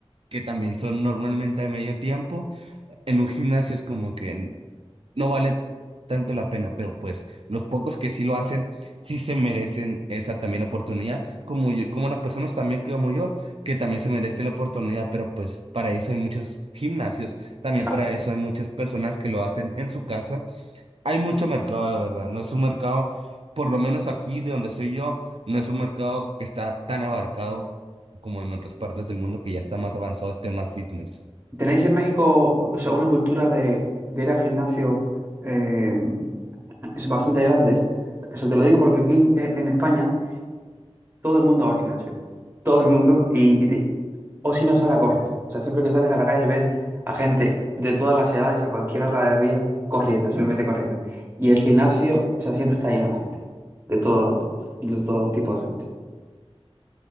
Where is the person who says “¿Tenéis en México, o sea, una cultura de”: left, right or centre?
Right